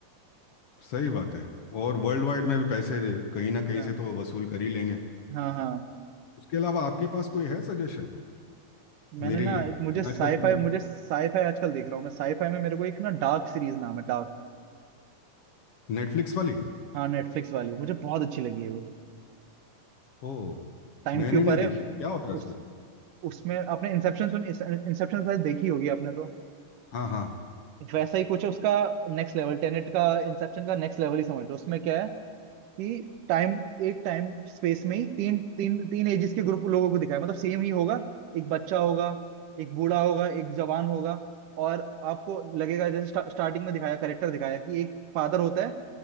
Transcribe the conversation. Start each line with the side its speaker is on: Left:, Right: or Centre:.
Left: सही बात है और वर्ल्ड वाइड में भी पैसे कहीं ना कहीं
Right: हाँ
Left: से तो वसूल कर ही लेंगे
Right: हाँ हाँ
Left: उसके अलावा आपके पास कोई है सजेशन
Right: मैंने
Left: मेरे
Right: ना
Left: लिए
Right: एक मुझे
Left: मैं
Right: साईफाई
Left: आजकल फ्री
Right: मुझे साईफाई आजकल देख रहा हूँ मैं साईफाई में मेरे को एक ना डार्क सीरीज नाम है डार्क
Left: नेटफ्लिक्स वाली
Right: हाँ नेटफ्लिक्स वाली मुझे बहुत अच्छी लगी है वो
Left: ओह
Right: टाइम
Left: मैंने
Right: के ऊपर
Left: नहीं देखी
Right: है
Left: क्या होता है
Right: उस
Left: उसमें
Right: उसमें आपने इंसेप्शन सुन इंसेप्शन शायद देखी होगी आपने तो
Left: हाँ हाँ
Right: वैसा ही कुछ है उसका नेक्स्ट लेवल टेनेट का इंसेप्शन का नेक्स्ट लेवल ही समझ लो उसमें क्या है कि टाइम एक टाइम स्पेस में ही तीन तीन तीन एजेस के ग्रुप लोगों को दिखाया मतलब सेम ही होगा एक बच्चा होगा एक बूढ़ा होगा एक जवान होगा और आपको लगेगा जैसे स्टा, स्टार्टिंग में दिखाया करेक्टर दिखाया कि एक फादर होता है